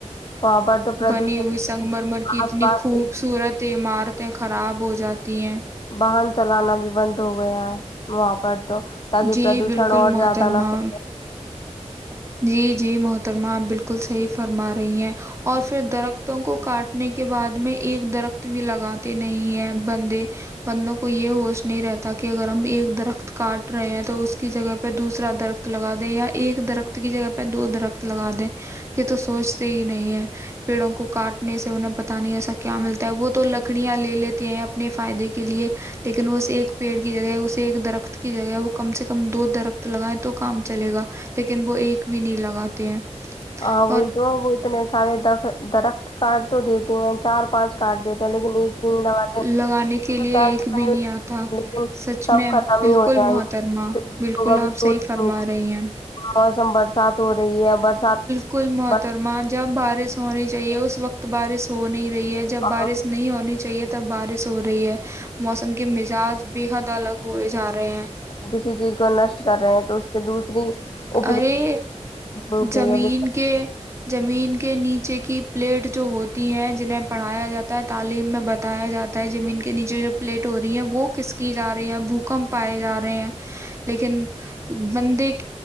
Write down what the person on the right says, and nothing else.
بنی ہوئی سنگ مرمر کی اتنی
خوبصورت عمارتیں خراب ہو جاتی ہیں
جی
بالکل
محترما
جی جی محترمہ آپ بالکل صحیح فرما رہی ہیں اور پھر درخت ت کو کاٹنے کے بعد میں ایک درخت بھی لگاتے نہیں ہے بندے بندوں کو یہ ہوش نہیں رہتا کہ اگر ہم ایک درخت کاٹ رہے ہیں تو اس کی جگہ پہ دوسرا درخت لگا دیں یا ایک درخت کی جگہ پہ دو درخت لگا دیں یہ تو سوچتے ہی نہیں ہے پیڑوں کو کاٹنے سے انہیں پتا نہیں ایسا کیا ملتا ہے وہ تو لکڑیاں لے لیتے ہیں اپنے فائدے کے لیے لیکن وہ ایک پیڑ کی جگہ ہے اس ایک درخت کی جگہ ہے وہ کم سے کم دو درخت لگائیں تو کام چلے گا لیکن ن وہ ایک بھی نہیں لگاتے ہیں
اور
لگانے کے لیے
ایک
بھی نہیں آتا
سچ
میں
بالکل
محترما
بالکل
آپ صحیح
فرما رہی ہیں
کل محترما
جب ب پس ہونی چاہیے اس وقت بارش ہو نہیں رہی ہے جب
بارش نہیں ہونی چاہیے تو تب بارش ہو رہی ہے موسم کے مزاج بے حد الگ ہوئے جا رہے ہیں
ارے
زمین
کے زمین کے نیچے کی پلیٹ جو ہوتی ہیں جنہیں پڑھایا جاتا ہے تعلیم میں بتایا جاتا ہے زمین کے نیچے جو پلیٹ ہو رہی ہے وہ کسکی جا رہی ہے بھوکمپ پائے جا رہے ہیں لیکن بندے